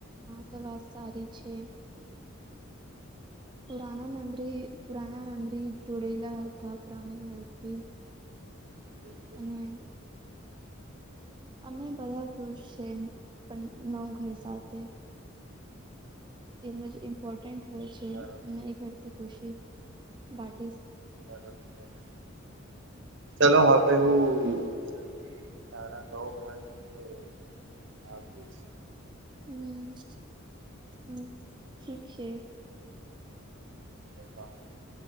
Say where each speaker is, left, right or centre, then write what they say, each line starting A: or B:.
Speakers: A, on the right (about 25°); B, on the right (about 65°).
A: આા તો વાત સારી છે. પુરાના મેમરી પુરાના મેમરી જોડેલા હતા પુરાની ઘરથી
B: બિલકુલ
A: અને અમે બધા ખુશ છે પણ નવા ઘર સાથે એમ જ ઇમ્પોર્ટન્ટ હોય છે
B: સરસ
A: નહી કરતી ખુશી વાટ ઇઝ
B: ચલો ચલો, ચલો હવે હું જલ્દી તારા નવો ઘર લીધો આવીશ.
A: હમ હમ ઠીક છે.
B: એ થાય